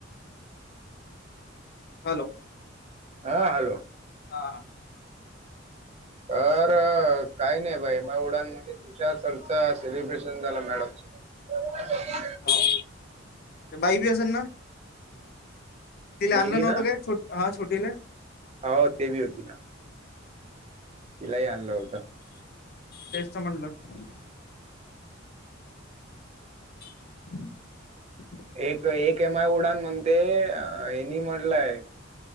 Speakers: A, on the left; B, on the right.
A: हॅलो!
B: हा हॅलो!
A: हा.
B: अर काही नाही बाई मग उडान. तुषार सरच सेलिब्रेशन झाला मॅडम स
A: हो बाई बी असेल ना तिला
B: मुलगी
A: आणलं नव्हतं
B: ना
A: काय ट हा छोटीला
B: हो ती बी होती ना. तिलाही आणलं होतं.
A: तेच म्हणलं. <unintelligible>
B: एक एक एम आय उडान म्हणते हेनी म्हटलंय.